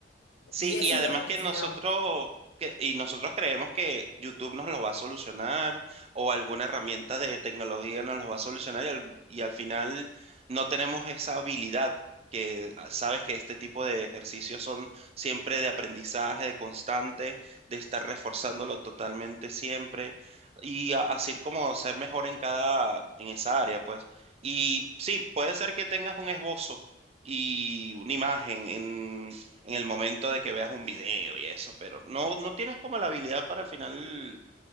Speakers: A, on the right; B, on the left.
A: Sí,
B: y eso
A: y además
B: es lo que necesitamos.
A: que nosotros, que, y nosotros creemos que YouTube nos lo va a solucionar o alguna herramienta de tecnología nos lo va a solucionar y al, y al final no tenemos esa habilidad que ah, sabes que este tipo de ejercicios son siempre de aprendizaje, de constante, de estar reforzándolo totalmente siempre y a- así como ser mejor en cada, en esa área, pues. Y sí, puede ser que tengas un esbozo y una imagen en el momento de que veas un video y eso, pero no, no tienes como la habilidad para al final